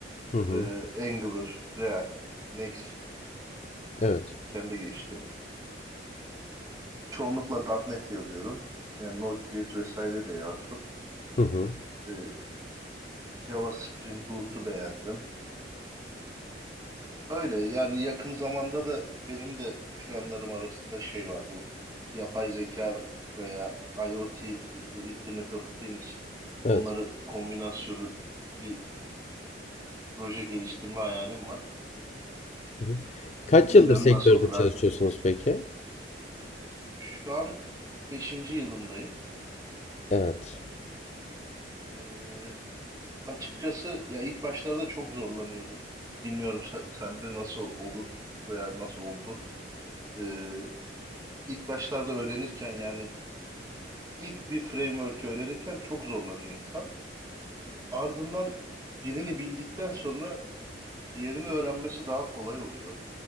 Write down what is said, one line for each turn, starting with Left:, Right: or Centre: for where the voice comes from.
Left: Hı hı.
Right: E, Angular, React, Next.js
Left: Evet.
Right: geçtim. Çoğunlukla .nokta .NET yazıyorum. Yani Node.js vesaire de yazdım.
Left: Hı hı.
Right: E, Java Spring Boot'u beğendim. Öyle yani yakın zamanda da benim de planlarım arasında şey var bu yapay zeka veya IoT, bu Internet of Things
Left: Evet.
Right: onları kombinasyonu bir proje geliştirme hayalim var.
Left: Hı hı. Kaç
Right: Bilmiyorum
Left: yıldır sektörde
Right: nasıl olur artık.
Left: çalışıyorsunuz peki?
Right: Şu an beşinci yılımdayım.
Left: Evet.
Right: Ee, açıkçası ya ilk başlarda çok zorlanıyordum. Bilmiyorum sen, sende nasıl olur veya nasıl oldu. Ee, ilk başlarda öğrenirken yani ilk bir framework'ü öğrenirken çok zorlanıyor insan. Ardından birini bildikten sonra diğerini öğrenmesi daha kolay oluyor.